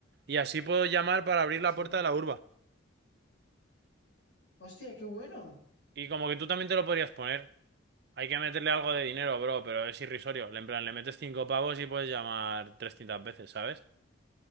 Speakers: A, on the right; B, on the left.
A: y así puedo llamar para abrir la
B: sí.
A: puerta de la urba.
B: ¡Hostia, qué bueno!
A: Y como que tú también te lo podrías poner. Hay que meterle algo de dinero, bro, pero es irrisorio. En plan, le metes cinco pavos y puedes llamar 300 veces, ¿sabes?